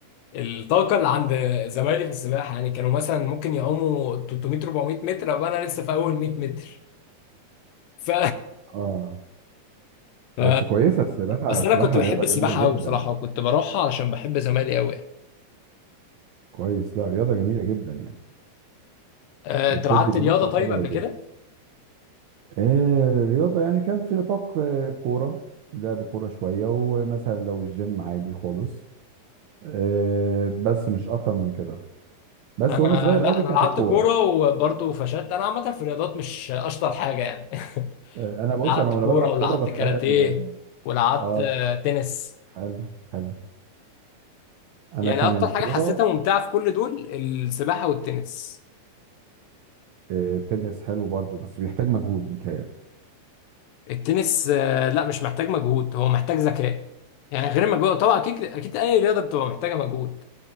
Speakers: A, on the left; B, on the right.
A: الطاقة اللي عند زمايلي في السباحة يعني كانوا مثلا ممكن يعوموا 300 400 متر وأنا لسه في أول 100 متر ف...
B: <laughs> اه
A: ف...
B: بس كويسة السباحة
A: بس
B: السباحة
A: أنا كنت بحب
B: رياضة
A: السباحة
B: جميلة جدا
A: أوي بصراحة وكنت بروحها علشان بحب زمايلي أوي يعني.
B: كويس لا رياضة جميلة جدا يعني
A: أه،
B: وبتدي
A: أنت لعبت
B: لياقة
A: رياضة طيب
B: حلوة
A: قبل
B: للجسم
A: كده؟
B: آه رياضة يعني كان في نطاق آه كورة لعب كورة شوية ومثلا لو الجيم عادي خالص آه بس مش أكتر من كده بس
A: انا
B: وأنا صغير
A: لا
B: قوي
A: انا
B: كانت
A: لعبت
B: الكورة
A: كوره وبرضه فشلت انا عامه في الرياضات مش اشطر حاجه يعني <laughs>
B: آه أنا بص
A: لعبت
B: أنا وأنا
A: كوره
B: بلعب
A: ولعبت
B: كورة بتخيل
A: كاراتيه ولعبت
B: آه
A: آه، تنس
B: حلو حلو انا
A: يعني
B: كان
A: اكتر
B: الكوره
A: حاجه حسيتها ممتعه في كل دول السباحه والتنس
B: آه، التنس حلو برضو بس بيحتاج مجهود متهيألي
A: التنس آه، لا مش محتاج مجهود هو محتاج ذكاء يعني غير مجهود طبعا اكيد اكيد اي رياضه بتبقى محتاجه مجهود